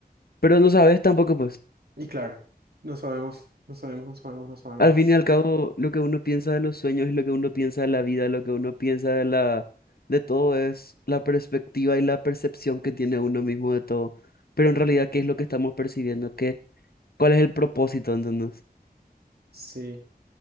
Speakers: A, on the left; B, on the right.
A: pero no sabes tampoco, pues.
B: Y claro, no sabemos, no sabemos, no sabemos, no sabemos.
A: Al fin y al cabo, lo que uno piensa de los sueños y lo que uno piensa de la vida, lo que uno piensa de la, de todo es la perspectiva y la percepción que tiene uno mismo de todo. Pero en realidad, ¿qué es lo que estamos percibiendo? ¿Qué, cuál es el propósito, entonces?
B: Sí.